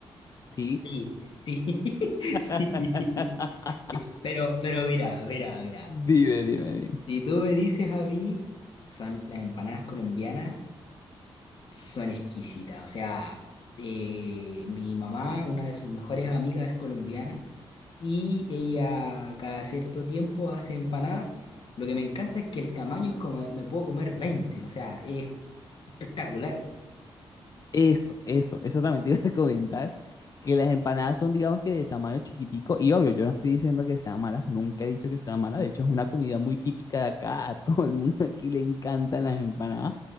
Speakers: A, on the left; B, on the left.
A: ¿sí?
B: Sí, sí, <laughs>
A: <laughs>
B: sí. Pero, pero mira, mira, mira.
A: Dime, dime, dime.
B: Si tú me dices a mí, son las empanadas colombianas, son exquisitas. O sea, eh, mi mamá, una de sus mejores amigas, es colombiana y ella cada cierto tiempo hace empanadas. Lo que me encanta es que el tamaño es como, me puedo comer veinte o sea, es espectacular.
A: Eso, eso, eso también te iba a comentar, que las empanadas son, digamos que de tamaño chiquitico, y obvio, yo no estoy diciendo que sean malas, nunca he dicho que sean malas, de hecho es una comida muy típica de acá, a <laughs> todo el mundo aquí le encantan las empanadas,